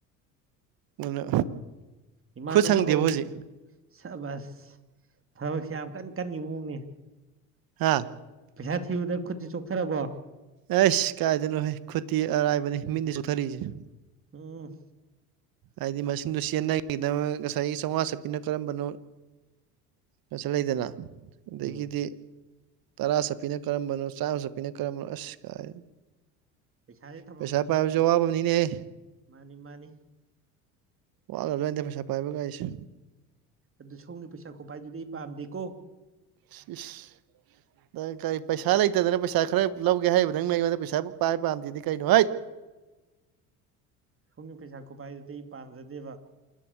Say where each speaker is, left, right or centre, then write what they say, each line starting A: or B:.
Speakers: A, on the right (about 50°); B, on the right (about 30°).
A: ꯑꯗꯨꯅ
B: ꯏꯃꯥꯟꯅꯕ
A: ꯈꯨꯠ ꯁꯪꯗꯦꯕ
B: ꯍꯧ
A: ꯍꯧꯖꯤꯛ
B: ꯁꯕꯖ ꯊꯕꯛꯁꯤ ꯌꯥꯝ ꯀꯟ ꯀꯟꯒꯤ ꯃꯑꯣꯡꯅꯤ
A: ꯍꯥꯥ
B: ꯄꯩꯁꯥ ꯊꯤꯕꯗ ꯈꯨꯠꯁꯤ ꯆꯣꯛꯊꯔꯕꯣ
A: ꯑꯩꯁ ꯀꯥꯏꯗꯩꯅꯣꯍꯦ ꯈꯨꯠꯇꯤ ꯑꯔꯥꯏꯕꯅꯤ ꯃꯤꯠꯅꯤ ꯆꯣꯛꯊꯔꯤꯁꯦ
B: ꯎꯝ
A: ꯍꯥꯏꯗꯤ ꯃꯁꯤꯡꯗꯨ ꯆꯦꯟꯅꯒꯤꯗꯕ ꯉꯁꯥꯏꯒꯤ ꯆꯥꯝꯃꯉꯥ ꯆꯠꯄꯄꯤꯅ ꯀꯔꯝꯕꯅꯣ ꯀꯁꯨ ꯂꯩꯗꯅ ꯑꯗꯒꯤꯗꯤ
B: ꯎꯝ
A: ꯇꯔꯥ ꯆꯠ ꯄꯤꯅ ꯀꯔꯝꯕꯅꯣ ꯆꯥꯝꯃ ꯆꯞꯄꯤꯅ ꯀꯔꯝꯕꯅꯣ ꯑꯁ ꯀꯥꯏ
B: ꯄꯩꯁꯥꯁꯦ ꯊꯝꯐꯝ
A: ꯄꯩꯁꯥ
B: ꯈꯪꯕꯤꯗ꯭ꯔꯦꯕ
A: ꯄꯥꯏꯕꯁꯨ ꯑꯋꯥꯕꯝꯅꯤꯅꯦꯍꯦ
B: ꯃꯥꯅꯤ ꯃꯥꯅꯤ
A: ꯋꯥꯒꯕ ꯖꯥꯠꯅꯤꯗ ꯄꯩꯁꯥ ꯄꯥꯏꯕ ꯀꯥꯏꯁꯦ
B: ꯑꯗꯨ ꯁꯣꯝꯒꯤ ꯄꯩꯁꯥ ꯈꯨꯣꯠꯄꯥꯏꯗꯨꯗꯤ ꯑꯩ ꯄꯥꯝꯗꯦꯀꯣ
A: ꯏꯁ ꯏꯁ ꯅꯪ ꯀꯩ ꯄꯩꯁꯥ ꯂꯩ ꯂꯩꯇꯗꯅ ꯄꯩꯁꯥ ꯈꯔ ꯂꯧꯒꯦ ꯍꯥꯏꯔꯤꯕ ꯅꯪꯅ ꯑꯩꯉꯣꯟ ꯄꯩꯁꯥꯕꯨ ꯄꯥꯏ ꯄꯥꯝꯗꯦꯗꯤ ꯀꯩꯅꯣ ꯍꯩꯠ
B: ꯁꯣꯝꯒꯤ ꯄꯩꯁꯥ ꯈꯨꯄꯥꯏꯗꯨꯗꯤ ꯑꯩ ꯄꯥꯝꯖꯗꯦꯕ